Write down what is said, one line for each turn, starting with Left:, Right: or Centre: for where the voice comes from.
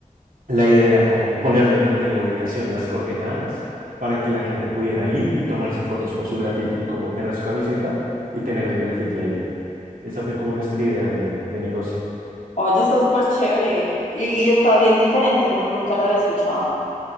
Right: La idea era como ponerle también la ubicación, las coordenadas, para que la gente pudiera ir y tomarse fotos con su graffiti, como tener su camiseta y tener el graffiti ahí. Esa fue como nuestra idea de, de negocio.
Left: Oye, está súper chévere y, y está bien diferente, nu- nunca la había escuchado.